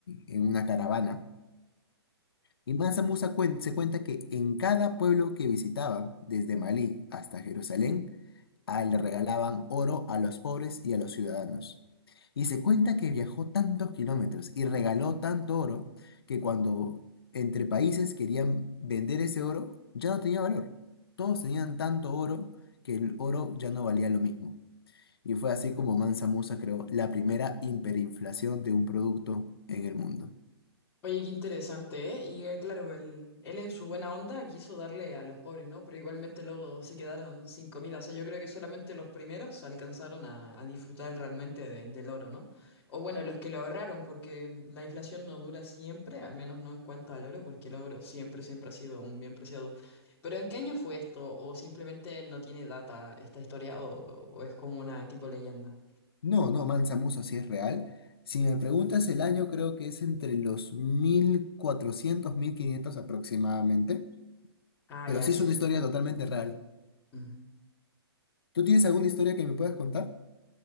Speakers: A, on the left; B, on the left.
A: en, en una caravana. Y Mansa Musa cuen- se cuenta que en cada pueblo que visitaba, desde Malí hasta Jerusalén, ah, le regalaban oro a los pobres y a los ciudadanos. Y se cuenta que viajó tantos kilómetros y regaló tanto oro que cuando entre países querían vender ese oro, ya no tenía valor. Todos tenían tanto oro que el oro ya no valía lo mismo. Y fue así como Mansa Musa creó la primera hiperinflación de un producto en el mundo.
B: Oye, qué interesante, ¿eh? Y eh, claro, él, él en su buena onda quiso darle a los pobres, ¿no? Pero igualmente luego se quedaron sin comida. O sea, yo creo que solamente los primeros alcanzaron a, a disfrutar realmente de- del oro, ¿no? O bueno, los que lo ahorraron, porque la inflación no dura siempre, al menos no en cuanto al oro, porque el oro siempre, siempre ha sido un bien preciado. Pero ¿en qué año fue esto? ¿O simplemente no tiene data esta historia? ¿O, o es como una tipo leyenda?
A: No, no, Mansa Musa sí es real. Si me preguntas el año, creo que es entre los mil cuatrocientos mil quinientos aproximadamente.
B: Ah,
A: pero
B: ya
A: sí
B: hace
A: es una
B: mm,
A: historia totalmente
B: mucho
A: real.
B: tiempo. Ujú.
A: ¿Tú tienes alguna historia que me puedas contar?